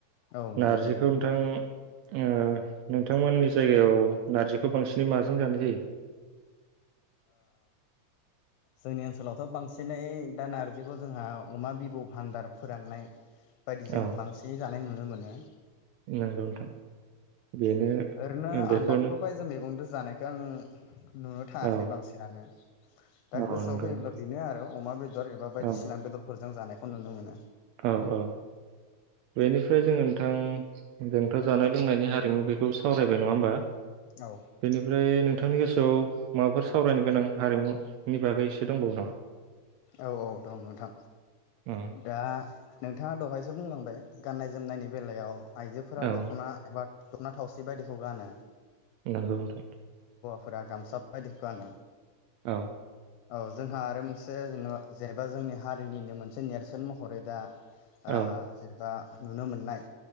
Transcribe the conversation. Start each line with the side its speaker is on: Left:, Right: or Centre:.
Left: औ नुनो
Right: नारजिखौ
Left: मोनो
Right: नोंथां ओ नोंथांमोननि जायगायाव नारजिखौ खौ बांसिनै माजों जानाय जायो?
Left: जोंनि ओनसोलावथ' बांसिनै दा नारजिखौ जोंहा अमा बिबु भान्दार फोराननाय बायदि जोंनो
Right: औ
Left: बांसिनै जानाय नुनो। नुनो मोनो।
Right: नंगौ नोंथां बेनो
Left: ओरैनो
Right: बेखौनो
Left: आलदाथ' बायजो मैगंजों जानायखौ आं नुनो थाङाखै
Right: औ
Left: बांसिनानो दा
Right: औ
Left: गोसोआव
Right: नंगौ
Left: फैयोब्ला
Right: नंगौ
Left: बेनो आरो अमा बेदर एबा बायदिसिना
Right: औ
Left: बेदरफोरजों जानायखौ खौ नुनो मोनो।
Right: औ औ बेनिफ्राय जोंङो नोंथां जोंथ' जानाय लोंनायनि हारिमु बेखौ सावरायबाय नंङा होमबा?
Left: औ
Right: बेनिफ्राय नोंथांनि गोसोआव माबाफोर सावरायनो गोनां हारिमु बिनि बागै एसे दंबावो नामा?
Left: औ औ दं नोंथां
Right: उम
Left: दा। नोंथांङा दहायसो बुंलांबाय गाननाय जोमनायनि बेलायाव आइजोफोरा
Right: औ
Left: दख'ना एबा दख'ना थावसि बायदिखौ गानो।
Right: नंगौ नोंथां।
Left: फुरा गामसाबायदि गानो।
Right: औ।
Left: औ जोंहा आरो मोनसे से जोंन' जेनेबा जोंनि हारिनिनो मोनसे नेर्सोन महरै दा आ
Right: औ
Left: जेनेबा नुनो मोननाय